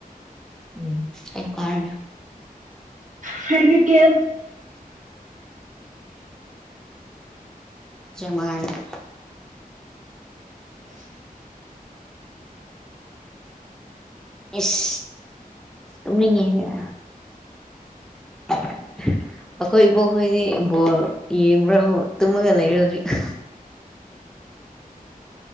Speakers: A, in the centre; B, on the right (about 55°).
A: ꯎꯝ ꯑꯩꯅ ꯀꯥꯔ
B: ꯐꯗꯤ ꯀꯦ
A: ꯆꯕꯔ
B: <inaudible>
A: ꯏꯁ ꯑꯗꯨꯅ ꯌꯦꯒ <inaudible> ꯑꯩꯈꯣꯏ ꯏꯕꯣꯛꯈꯣꯏꯗꯤ ꯕꯣꯜ ꯌꯦꯡꯕ꯭ꯔꯥ ꯇꯨꯝꯃꯒ ꯂꯩꯔꯦ ꯍꯧꯖꯤꯛ <inaudible>